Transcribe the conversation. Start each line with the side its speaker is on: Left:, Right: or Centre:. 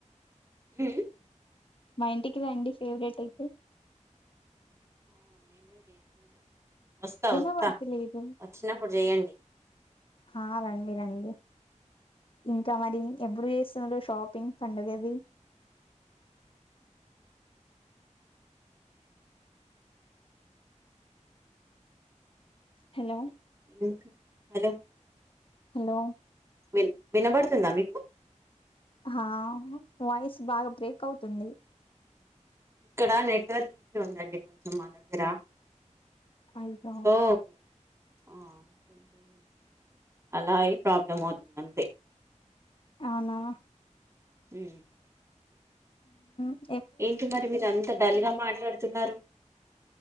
Right: హు
Left: మా ఇంటికి రండి ఫేవరేట్ అయితె
Right: ఆ మేము కూడ చేసుకుంటాం వస్తా
Left: వినబడతలేదు
Right: వస్తా వచ్చినప్పుడు చేయండి
Left: ఆ రండి రండి ఇంకా మరి ఎప్పుడు చేస్తున్నారు షాపింగ్ పండుగది హలో
Right: ఇంకా హలో
Left: హలో
Right: విన్ వినబడుతుందా మీకు
Left: ఆ వాయిస్ బాగా బ్రేక్ అవుతుంది
Right: ఇక్కడ నెట్వర్క్ ఇష్యూ ఉందండి కొంచెం మా దగ్గర
Left: అయ్యో
Right: ఓ ఆ కొంచం అలా అయి ప్రాబ్లం అవుతుంది అంతె
Left: అవునా
Right: ఉ
Left: ఊ
Right: ఏంటి మరి మీరు అంత డల్ గా మాట్లా తున్నారు